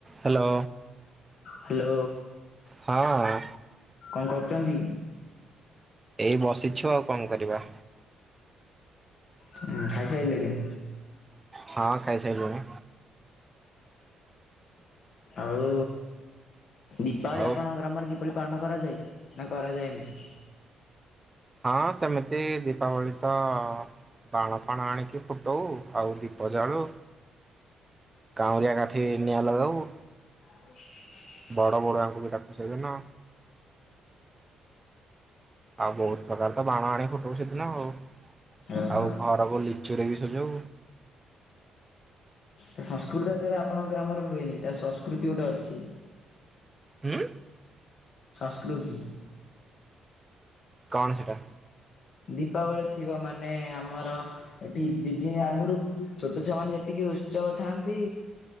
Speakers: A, on the right; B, on the left.
A: Hello.
B: Hello
A: ହଁ
B: କଣ କରୁଛନ୍ତି?
A: ଏଇ ବସିଛୁ ଆଉ କଣ କରିବା।
B: ହୁଁ, ଖାଇସାଇଲେଣି?
A: ହଁ ଖାଇସାଇଲୁଣି।
B: ଆଉ ଦୀପାବଳି
A: ଆଉ
B: ଆପଣଙ୍କ ଗ୍ରାମରେ କି ପରି ପାଳନ କରାଯାଏ ନା କରାଯାଏ ନି?
A: ହଁ ସେମିତି ଦୀପାବଳି ତ ବାଣ ଫାଣ ଆଣିକି ଫୁଟଉ ଆଉ ଦୀପ ଜାଳୁ। କାଉଁରିଆ କାଠି ନିଆଁ ଲଗାଉ।
B: <unintelligible>
A: ବଡ଼ ବଡ଼ ଆଙ୍କୁ ବି ଡାକୁ ସେଦିନ। ଆଉ ବହୁତ ପ୍ରକାର ତ ବାଣ ଆଣି ଫୁଟଉ ସେଦିନ ଆଉ।
B: ଓହୋ।
A: ଆଉ ଘରକୁ ଲିଚୁ ରେ ବି ସଜଉ।
B: ତା ସଂସ୍କୃତିତା ତେବେ ଆପଣଙ୍କ ଗ୍ରାମରେ ହୁଏନି ତା ସଂସ୍କୃତି ଗୋଟେ ଅଛି।
A: ଉଁ
B: ସଂସ୍କୃତି।
A: କଣ ସେଟା?
B: ଦୀପାବଳି ଥିବ ମାନେ ଆମର। ଏଠି ଦିଦିନି ଆଗରୁ ଛୋଟ ଛୁଆ ମାନେ ଯେତିକି ଉତ୍ସବ ଥାଆନ୍ତି।